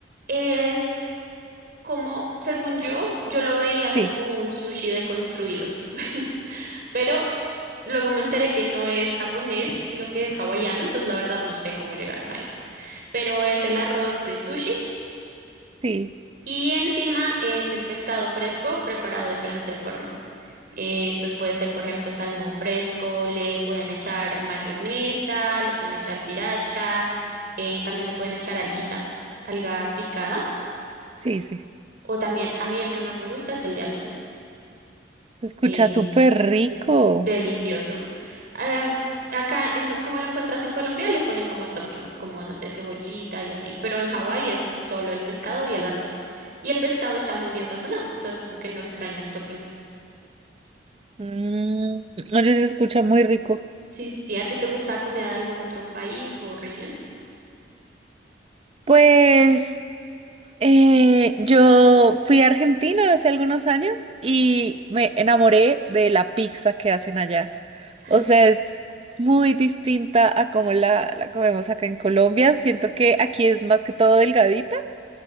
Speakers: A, on the right (about 60°); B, on the right (about 35°).
A: Es como, según yo, yo lo veía como
B: Sí,
A: un sushi deconstruido. <laughs> Pero Luego me enteré que no es japonés, sino que es hawaiano, entonces la verdad no sé cómo llegaron a eso. Pero es el arroz de sushi
B: sí,
A: y encima es el pescado fresco preparado de diferentes formas. Eh, entonces puede ser, por ejemplo, salmón fresco, le pueden echar mayonesa, le pueden echar sriracha, eh, también le pueden echar alguita, alga picada,
B: sí, sí.
A: o también, a mí el que más me gusta es el de atún.
B: Se escucha
A: eh,
B: súper rico.
A: Es delicioso. Em, acá, en, do- como lo encuentras en Colombia, le ponen como toppings, como, no sé, cebollita y así, pero en Hawái es solo el pescado y el arroz. Y el pescado está muy bien sazonado, entonces como que no extrañas toppings.
B: Mm, oye, se escucha muy rico.
A: Sí, sí, sí, ¿a ti te gusta comida de algún otro país o región?
B: Pues eh, yo fui a Argentina hace algunos años y me enamoré de la pizza que hacen allá.
A: Ah,
B: O sea,
A: sí.
B: es muy distinta a como la, la comemos acá en Colombia. Siento que aquí es más que todo delgadita,